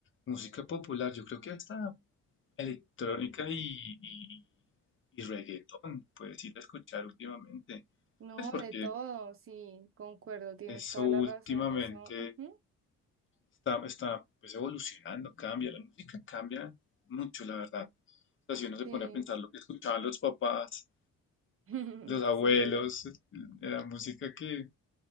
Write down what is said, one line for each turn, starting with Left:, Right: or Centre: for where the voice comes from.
Left: música popular, yo creo que hasta electrónica y, y, y reggaetón, puedes ir a escuchar últimamente.
Right: No,
Left: Pues porque
Right: de todo, sí, concuerdo, tienes
Left: Eso
Right: toda
Left: últimamente
Right: la razón, eso. ujú,
Left: está, está pues, evolucionando, cambia, la música cambia mucho, la verdad. O sea, si uno se
Right: Sí,
Left: pone a pensar lo que escuchaban los papás,
Right: <laughs>
Left: los abuelos,
Right: sí.
Left: eh, la música que